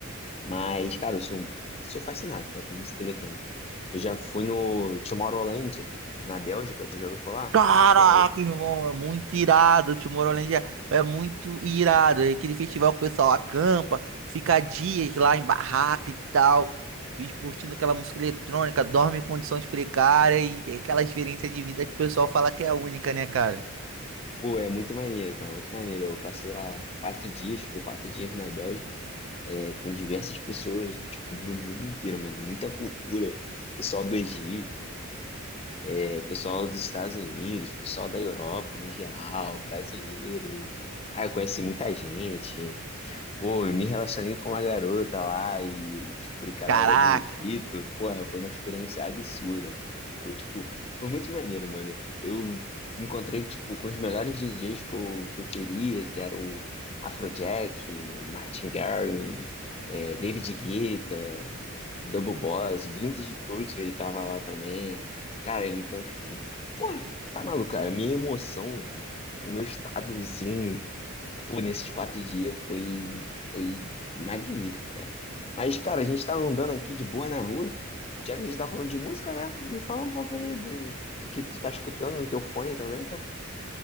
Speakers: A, on the left; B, on the right.
A: Mas, cara, eu sou, sou fascinado, cara, por música eletrônica. Eu já fui no Tomorrowland, na Bélgica, tu já ouviu falar?
B: Caraca,
A: Ou não?
B: irmão, é muito irado. o Tomorrowland é, é muito irado. É aquele festival que o pessoal acampa, fica dias lá em barraca e tal, e curtindo aquela música eletrônica, dorme em condições precárias e tem aquela experiência de vida que o pessoal fala que é única, né, cara?
A: Pô, é muito maneiro, cara, muito maneiro. Eu passei lá quatro dias, fiquei quatro dias na Bélgica, é, com diversas pessoas, tipo, do mundo inteiro, mano. Muita cultura. Pessoal do Egito, é, pessoal dos Estados Unidos, pessoal da Europa, no geral, brasileiro. Ah, eu conheci muita gente. Pô, eu me relacionei com uma garota lá e descobri que ela
B: Caraca,
A: era do Egito. Porra, foi uma experiência absurda, cara. Foi tipo, foi muito maneiro, mano. Eu encontrei, tipo, com os melhores DJs que eu, que eu queria, que era o Afrojack, Martin Garrix, eh, David Guetta, Double Boss, Vintage Culture tava lá também. Cara, então, tipo, porra, tá maluco, cara. A minha emoção, o meu estado, assim, Pô, nesses quatro dias foi, foi magnífico, cara. Mas, cara, a gente tá andando aqui de boa na rua. Já que a gente tá falando de música, né? Me fala um pouco aí do, do que tu tá escutando no teu fone também, cara.